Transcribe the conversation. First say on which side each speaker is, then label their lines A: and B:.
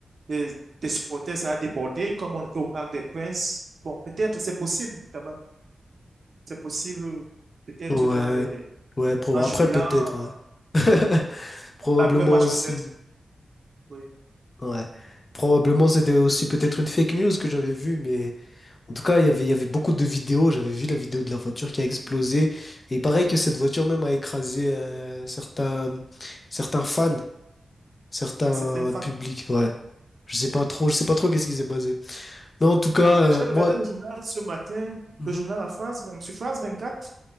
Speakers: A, on the right (about 60°); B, on the left (about 35°).
A: des, des supporters, ça a débordé, comme on était au Parc des Princes. Bon, peut-être c'est possible quand même. C'est possible, euh, peut-être
B: ouais,
A: dans les,
B: ouais, pro-
A: en
B: après
A: jubilant,
B: peut-être, ouais.
A: euh,
B: <laughs>
A: oui.
B: Probablement
A: L'après-match,
B: aussi.
A: peut-être, oui.
B: Ouais. Probablement c'était aussi peut-être une fake news que j'avais vue, mais. En tout cas, il y avait, il y avait beaucoup de vidéos. J'avais vu la vidéo de la voiture qui a explosé. Et pareil que cette voiture même a écrasé euh, certains, certains fans, certains
A: Dans certains fans.
B: publics. Ouais. Je sais pas trop, je sais pas trop qu'est-ce qui s'est passé. Mais en tout cas,
A: Bon, j'ai
B: euh,
A: regardé
B: moi.
A: le journal ce matin,
B: Mhm.
A: le journal La France, vingt- sur France 24.